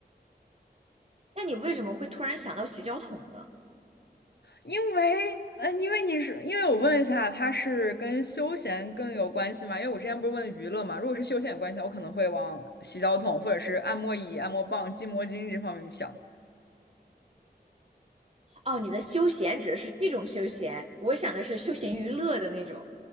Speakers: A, on the right; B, on the left.
A: 那你为什么会突然想到洗脚桶呢？
B: 因为，嗯，因为你是，因为我问了一下，它是跟休闲更有关系嘛？因为我之前不是问娱乐嘛，如果是休闲有关系的话，我可能会往洗脚桶或者是按摩椅、按摩棒、筋膜巾这方面想。
A: 哦，你的休闲指的是这种休闲，我想的是休闲娱乐的那种，